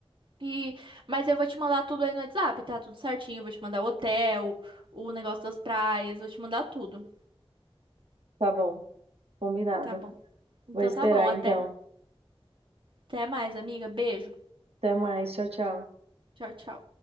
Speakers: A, on the right (about 55°); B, on the right (about 90°).
A: E, mas eu vou te mandar tudo aí no WhatsApp, tá? Tudo certinho. Eu vou te mandar o hotel, o negócio das praias, vou te mandar tudo.
B: Tá bom. Combinada.
A: Tá bom. Então
B: Vou esperar,
A: tá bom, até,
B: então.
A: até mais, amiga. Beijo.
B: Até mais. Tchau, tchau.
A: Tchau, tchau.